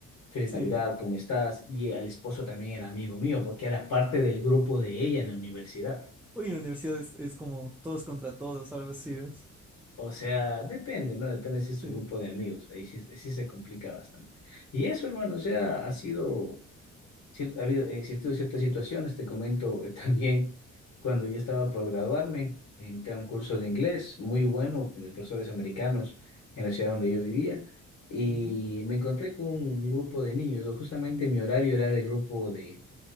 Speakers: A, on the left; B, in the centre.
A: Feliz
B: sí.
A: Navidad, ¿cómo estás? Y el esposo también era amigo mío porque era parte del grupo de ella en la universidad.
B: Uy, en la universidad es, es como todos contra todos, algo así es.
A: O sea, depende, ¿no? Depende si es
B: Sí.
A: su grupo de amigos. Ahí sí, sí se complica bastante. Y eso, hermano, o sea, ha sido cier- ha habido, existido ciertas situaciones, te comento eh, también, cuando yo estaba por graduarme, entré a un curso de inglés muy bueno de profesores americanos en la ciudad donde yo vivía y
B: Mm.
A: me encontré con un grupo de niños, o justamente mi horario era de grupo de,